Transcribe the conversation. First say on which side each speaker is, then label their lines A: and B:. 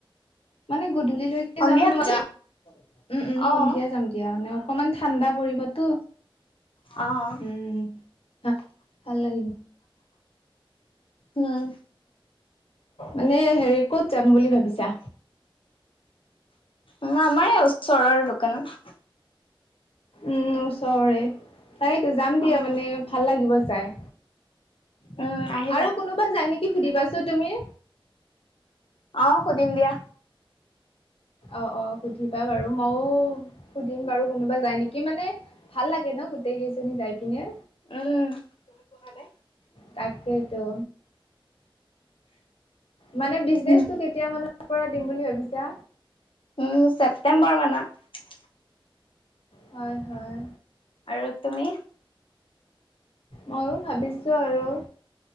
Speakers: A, on the left; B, on the left.
A: মানে গধূলিলৈকে
B: সন্ধিয়া
A: যাও নিকি,
B: মই যাম
A: উম উম সন্ধিয়া
B: অ'।
A: যাম দিয়া মানে অকমান ঠাণ্ডা পৰিবতো।
B: অ'।
A: উম হা ভাল লাগিম
B: উম
A: মানে হেৰি ক'ত যাম বুলি ভাবিছা।
B: উ আমাৰ এ ওচৰৰ দোকানৰ
A: উম ওচৰৰে তাইতো যাম দিয়া
B: অ'।
A: মানে ভাল লাগিব যাই।
B: উম, আহিবা।
A: আৰু কোনোবা যায় নিকি সুধিবাচো তুমি।
B: অ সুদিম দিয়া।
A: অ অ সুধিবা বাৰু মও সুধিম বাৰু কোনোবা যাই নিকি মানে ভাল লাগে ন। গোটেই কেইজনী যাই পিনে।
B: উম তুমি পুহা নে।
A: তাকেইতো মানে বিজনেচটো
B: উম,
A: কেতিয়া মানত কৰা দিম বুলি ভাবিছা।
B: উম ছেপ্তেম্বৰ মানত।
A: হয় হয়
B: আৰু তুমি।
A: ময়ো ভাবিছো আৰু।